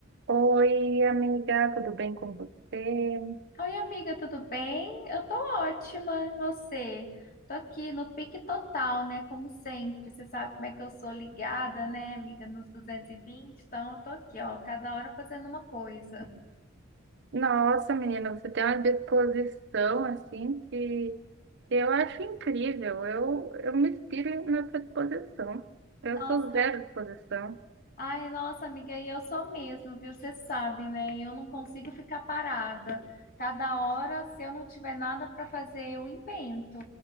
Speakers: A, on the right; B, on the left.
A: Oi, amiga, tudo bem com você?
B: Oi, amiga, tudo bem? Eu tô ótima, e você? Tô aqui no pique total, né? Como sempre, você sabe como é que eu sou ligada, né, amiga, nos 220, então eu tô aqui, ó, cada hora fazendo uma coisa.
A: Nossa, menina, você tem uma disposição assim que, que eu acho incrível. Eu, eu me inspiro na sua disposição. Eu
B: Nossa,
A: sou zero disposição.
B: Ai, nossa amiga, e eu sou mesmo, viu? Você sabe, né? Eu não consigo ficar parada. Cada hora, se eu não tiver nada para fazer, eu invento.